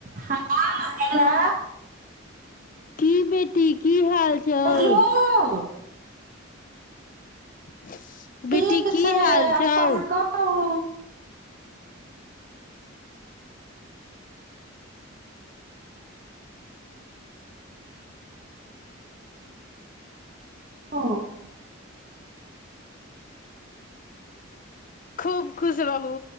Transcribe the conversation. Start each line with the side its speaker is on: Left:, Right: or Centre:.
Right: हँ हेलो
Left: की बी टी की हाल छउ
Right: हेलो
Left: <inaudible> बेटी
Right: ठीक
Left: की
Right: छै
Left: हाल
Right: अपन
Left: छौ
Right: कहू ओ
Left: खूब खुश रहू